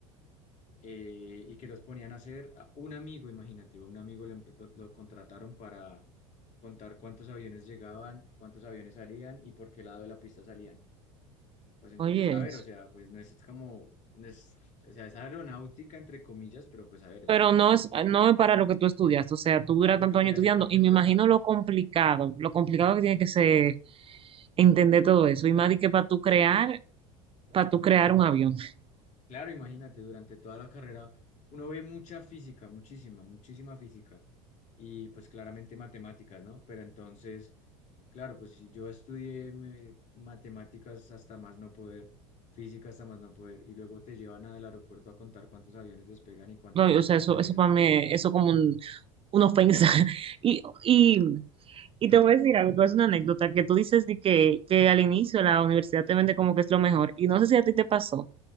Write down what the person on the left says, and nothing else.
eh, y que los ponían a hacer a un amigo, imagínate, a un amigo lo, empe- lo- lo contrataron para contar cuántos aviones llegaban, cuántos aviones salían y por qué lado de la pista salían. Pues entonces,
a ver, o sea, pues no es como, no es, o sea, es aeronáutica entre comillas, pero pues a ver, eso
es algo
que,
es
algo
que puede
hacer cualquier
persona.
Claro, imagínate, durante toda la carrera uno ve mucha física, muchísima, muchísima física y pues claramente matemáticas, ¿no? Pero entonces, claro, pues si yo estudié me- matemáticas hasta más no poder, física hasta más no poder y luego te llevan al aeropuerto a contar cuántos aviones despegan y cuántos
aviones
aterrizan.